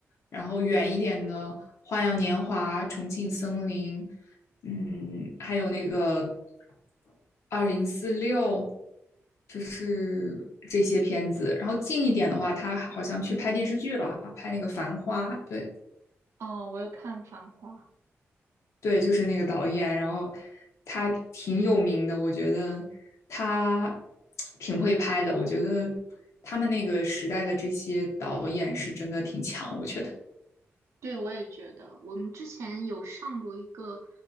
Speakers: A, on the left (about 85°); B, on the right (about 80°).
A: 然后远一点的《花样年华》《重庆森林》，嗯，还有那个《二零四六》，就是这些片子。然后近一点的话，他好像去拍电视剧了，拍那个《繁花》，对。
B: 哦，我有看《繁花》，
A: 对，就是那个导演，然后他挺有名的，我觉得他 <tsk> 挺会拍的，我觉得他们那个时代的这些导演是真的挺强，我觉得，
B: 对，我也觉得我们之前有上过一个